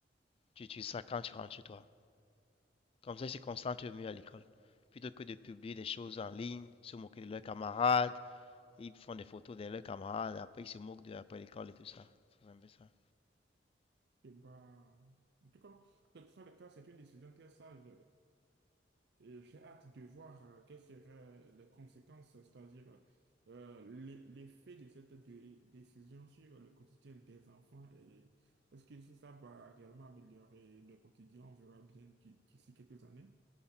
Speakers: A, on the left (about 30°); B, on the right (about 65°).
A: Tu utilises ça quand tu rentres chez toi. Comme ça, ils se concentrent mieux à l'école. Plutôt que de publier des choses en ligne, se moquer de leurs camarades, ils font des photos de leurs camarades, après ils se moquent de après l'école et tout ça. C'est un peu ça.
B: Eh ben, en tout cas, quel que soit le cas, c'est une décision très sage Et J'ai hâte de voir euh, quelles seraient les conséquences, c'est-à-dire euh, l'e- l'effet de cette dé- décision sur le quotidien des enfants et est-ce que si ça va réellement améliorer le quotidien, on verra bien d'i- d'ici quelques années.